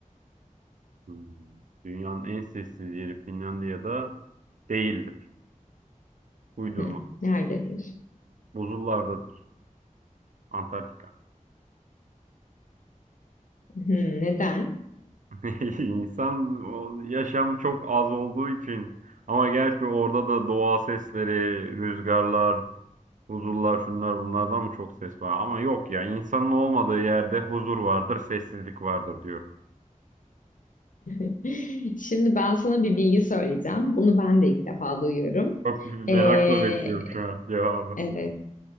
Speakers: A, on the right (about 65°); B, on the left (about 70°).
A: Hmm. Dünyanın en sessiz yeri Finlandiya'da değildir. Uydurma.
B: Hı, nerededir?
A: Buzullardadır. Antarktika.
B: Hı, neden?
A: <laughs> İnsan o yaşam çok az olduğu için ama gerçi orada da doğa sesleri, rüzgarlar, huzurlar şunlar bunlardan mı çok ses var? Ama yok ya insanın olmadığı yerde huzur vardır, sessizlik vardır diyorum.
B: <laughs> Şimdi ben sana bir bilgi söyleyeceğim. Bunu ben de ilk defa duyuyorum.
A: Çok merakla
B: Ee,
A: bekliyorum şu an cevabı.
B: Evet.